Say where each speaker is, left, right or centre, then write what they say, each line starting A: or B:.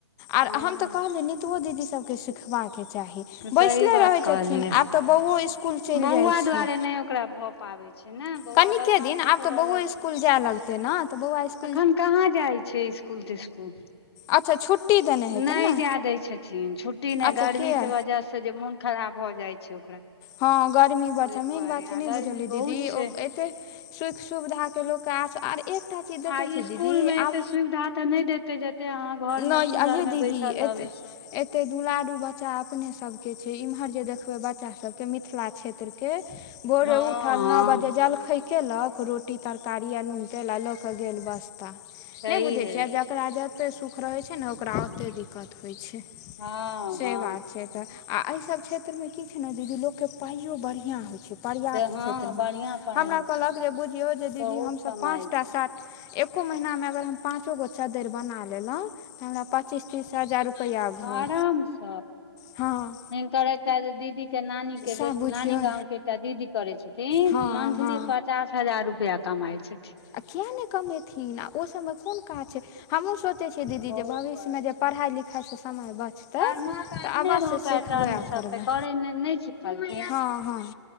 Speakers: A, on the left; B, on the left.
A: आर
B: हँ
A: हम तऽ कहलियन नितुओ दीदी सबके सिखबा के चाही बैसले
B: सही बात
A: रहै
B: कहलियै
A: छथिन आब तऽ बौओ स्कूल चलि
B: बौआ
A: जाइ छय
B: दुआरे नहि ओकरा भऽ पाबै छै ने बौआ
A: कनिके
B: बदमाशी
A: दिन आब
B: करऽ
A: तऽ बौओ स्कूल जाय लगतै ने तऽ बौआ स्कूल
B: अखन कहाँ जाइ छय स्कूल तिस्कुल
A: अच्छा छुट्टी देने हेतै
B: नहि
A: ने
B: जा दै छथिन छुट्टी नहि
A: अच्छा
B: गर्मी
A: किया
B: के वजह से जे मोन खराब भऽ जाइ छय ओकरा
A: हँ गर्मी बड
B: ओहि
A: छय मेन
B: दुआरे
A: बात
B: आ
A: छय नहि
B: गर्मी
A: बुझलियै
B: बहुत
A: दीदी
B: छै
A: ओ एतै सुख सुविधाके लोक के आस आर एक टा चीज देखै
B: आ
A: छीयै
B: स्कूल
A: दीदी
B: मे एते
A: आब
B: सुविधा तऽ नहि देते जते अहाँ घर
A: नहि
B: मे कूलर
A: यै
B: मे
A: दीदी
B: बैसल रहबै
A: एते
B: से
A: एते दुलारू बच्चा अपने सबके छय इम्हर जे देखबै बच्चा सभके मिथिल मिथिला क्षेत्र के भोरे
B: हँ
A: उठल
B: हँ
A: नौ बजे जलखै केलक रोटी, तरकारी आ नून तेल आ लऽ कऽ गेल बसता
B: सही
A: नहि बुझै
B: है
A: छियै ज जकरा जते सुख रहै छै ने ओकरा ओते दिक्कत होइ छय
B: हँ
A: से
B: हँ
A: बात छय तऽ आ एहि सब क्षेत्रमे की छय ने दीदी लोकके पाइयो बढ़िआँ होइ छय पर्याप्त
B: हँ
A: क्षेत्रमे
B: बढ़िया पाइ
A: हमरा
B: होइ छै
A: कहलक जे बुझियौ जे दीदी
B: बहुत
A: हमसभ
B: कमाइ
A: पाँच
B: छै
A: टा सात एको महीना मे अगर हम पाँच चोगो चद्दर बना लेलों त हमरा पचीस तीस हजार रुपइया घर
B: आरामस
A: हँ
B: हिनकर एकटा दीदी के नानी के
A: सएह
B: बे
A: बुझियौ
B: नानी गाँं के एकटा दीदी करै छथिन
A: हँ
B: मंथली
A: हँ
B: पचास हजार रुपआ कमाइ छथिन।
A: आ किआ ने कमेथिन आ ओसभ मे कोन काज छै हमहूँ सोचै छियै दीदी
B: बहुत
A: जे भविष्य
B: करै
A: मे
B: छै
A: जे पढ़ाइ लिखाइ सँ समय बच तै
B: तरमा
A: तऽ
B: आनने
A: अवश्य
B: रहौ पैटर्न
A: सिखबै आ
B: सब
A: करबै
B: तऽ करै नहि नहि सिखलखिन
A: हँ हँ